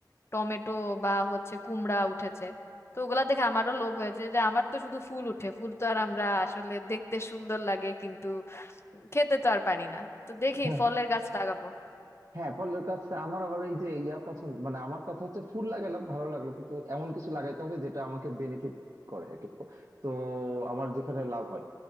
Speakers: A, on the left; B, on the right.
A: টমেটো বা হচ্ছে কুমড়া উঠেছে তো ওগুলা দেখে আমারও লোভ হয়েছে যে আমার তো শুধু ফুল উঠে ফুল তো আর আমরা আসলে দেখতে সুন্দর লাগে কিন্তু খেতে তো আর পারি না তো দেখি
B: হ্যাঁ
A: ফলের গাছ লাগাবো
B: হ্যাঁ ফলের গাছ আমার আবার এই যে ইয়া পছন্দ মানে আমার কথা হচ্ছে ফুল লাগালাম ভালো লাগলো কিন্তু এমন কিছু লাগাইতে হবে যেটা আমাকে বেনিফিট করে আর কি ফ- তো আমার যেখানে লাভ হয়